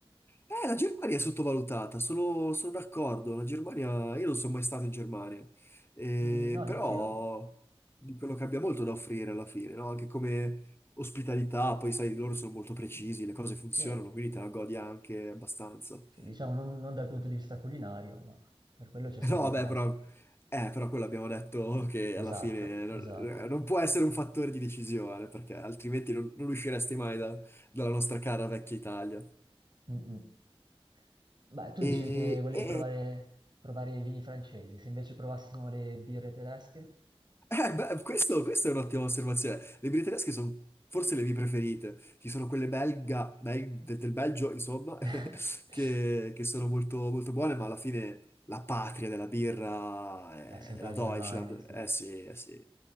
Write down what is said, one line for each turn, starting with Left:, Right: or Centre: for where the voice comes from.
Left: Eh, la Germania è sottovalutata, sono, sono d'accordo. La Germania, io non sono mai stato in Germania, Eh,
Right: Mm, no, neanche
Left: però
Right: io.
Left: di quello che abbia molto da offrire alla fine, no? Anche come ospitalità, poi sai, loro sono molto precisi, le cose funzionano,
Right: Sì,
Left: quindi te la godi anche abbastanza. <laughs>
Right: sì, diciamo non, non dal punto di vista culinario, ma per quello c'è sempre
Left: No, vabbè,
Right: casa.
Left: però, eh, però quello abbiamo detto che alla
Right: Esatto,
Left: fine non,
Right: esatto.
Left: eh, non può essere un fattore di decisione, perché altrimenti non, non usciresti mai da- dalla nostra cara vecchia Italia.
Right: Mm, mm. Beh, tu dicevi
Left: E,
Right: che volevi
Left: e-
Right: provare, provare i vini francesi, se invece provassimo le birre tedesche?
Left: Eh, beh, questo, questa è un'ottima osservazione. Le birre tedesche sono forse le mie preferite. Ci sono quelle belga, bel- de- del Belgio, insomma,
Right: <laughs>
Left: <laughs> che, che sono molto, molto buone, ma alla fine la patria della birra
Right: Eh, sempre
Left: è la
Right: la
Left: Deutschland.
Right: Germania, sì.
Left: Eh sì, eh sì.